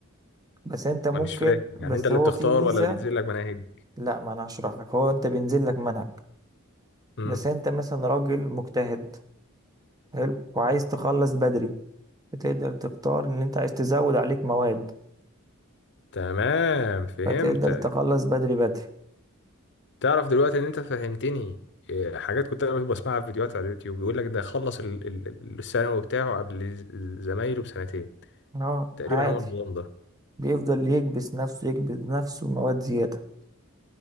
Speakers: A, on the right; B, on the left.
A: بس انت ممكن
B: انا مش فاهم
A: بس
B: يعني انت اللي
A: هو
B: بتختار
A: في ميزة
B: ولا اللي بينزل لك مناهج
A: لا ما انا هشرح لك هو انت بينزل لك منهج
B: مم.
A: بس انت مثلا راجل مجتهد حلو وعايز تخلص بدري فتقدر تختار ان انت عايز تزود عليك مواد
B: تمام فهمتك
A: فتقدر تخلص بدري بدري
B: تعرف دلوقتي ان انت فهمتني إيه، حاجات كنت انا بسمعها في فيديوهات على اليوتيوب بيقول لك ده خلص ال- ال- ال- الثانوي بتاعه قبل ز- زمايله بسنتين
A: اه
B: تقريبا
A: عادي
B: هو النظام ده
A: بيفضل يكبس نفسه يكبس نفسه مواد زيادة